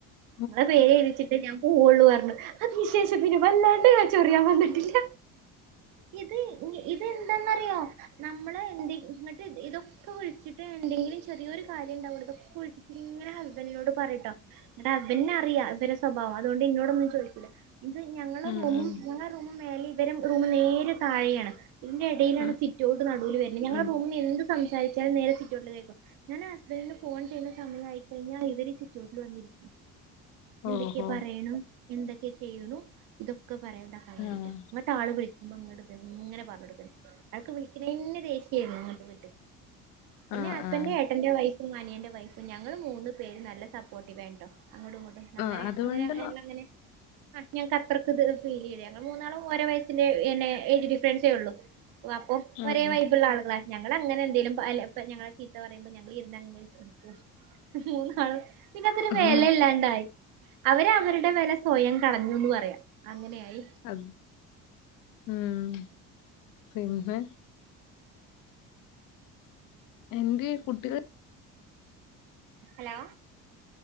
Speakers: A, on the left; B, on the right.
A: ഉ
B: നിങ്ങളെ പേരെഴുതിവെച്ചിട്ടേ ഞാൻ പോവുള്ളുന്ന് പറഞ്ഞു അതിന് ശേഷം പിന്നെ വല്ലാണ്ട് ച്ചൊറിയാൻ വന്നിട്ടില്ല ഇത് ഇതെന്താന്നറിയോ നമ്മള് എന്തട്ട് ഇതൊക്കെ വിളിച്ചിട്ട് എന്തെങ്കിലും ചെറിയോരു കാര്യം ഉണ്ടാവുള്ളൂ ഇത് ഫുൾ ഇങ്ങനെ ഹസ്ബന്റിനോട് പറയുംട്ടോ എന്നിട്ട് അതിന് അറിയാം ഇവരെ സ്വഭാവം അതുകൊണ്ട് എന്നോടൊന്നും ചോദിക്കൂല്ല ഇത് ഞങ്ങളെ
A: ഉം
B: റൂമും
A: ഉം
B: ഞങ്ങളുടെ റൂമ് മേലേം ഇവരെ റൂം നേരെതാഴെയാണ് ഇതിന്റെ ഇടയിലാണ്
A: ഉം
B: സിറ്റോട്ട് നടൂല് വരുന്നെ ഞങ്ങൾ
A: ഉം
B: റൂമിന്ന് എന്ത് സംസാരിച്ചാലും നേരെ സിറ്റൗട്ടില് കേൾക്കും ഞാൻ ഹസ്ബന്റിനെ ഫോൺ ചെയ്യുന്ന സമയ ആയിക്കഴിഞ്ഞാൽ ഇവര് സിറ്റൗട്ടില് വന്നിരിക്കും എന്തൊക്കെ
A: ഓഹോ
B: പറയണം എന്തൊക്കെ ചെയ്യണു ഇതൊക്കെ പറയുണ്ടാക്കാൻ വേണ്ടിട്ട്
A: ആഹ്
B: ആള് വിളിക്കുമ്പോ അങ്ങട് ദിങ്ങനെ പറഞ്ഞടുക്കണ് ആൾക്ക്‌ വിളിക്കണന്നെ ദേഷ്യായിരുന്നു പിന്നെ
A: ആഹ്
B: ഹസ്ബന്റ്
A: ആഹ്
B: ഏട്ടന്റെ വൈ ഫും അനിയന്റെ വൈഫും ഞങ്ങള് മൂന്ന് പേര് നല്ല സപ്പോർട്ടീവാട്ടോ അങ്ങോട്ടും ഇങ്ങോട്ട് അങ്ങനെ
A: ആഹ് അതുകൊണ്ട്
B: അങ്ങനെ
A: ന
B: എല്ലം അങ്ങനെ ആ ഞങ്ങക്ക് അത്രക്ക് ഇത് ഫീൽ ചെയ്യില്ല ങ്ങങ്ങള് മൂന്നാളും ഓരോ വയസിന്റെ എന്നെ ഏയ്ജ് ഡിഫറൻസേ ഉള്ളു അപ്പൊ
A: ഉം
B: ഒരേ
A: ഉം
B: വൈബുള്ള ആളുകളാ അങ്ങളെ അങ്ങനെ എന്തേലും അ ഞങ്ങള ചീത്ത പറയുമ്പോ ഞങ്ങള് ഇരുന്നങ് ക്കും മൂന്നാളും പിന്നെ അതൊരു
A: ഉം
B: വെല ഇല്ലാണ്ടായി അവര് അവരുടെ വെല സ്വയം കളഞ്ഞുന്ന് പറയാ അങ്ങനെയായി
A: അത് മം പിന്നെ എന്തിയെ കുട്ടികൾ
B: ഹലോ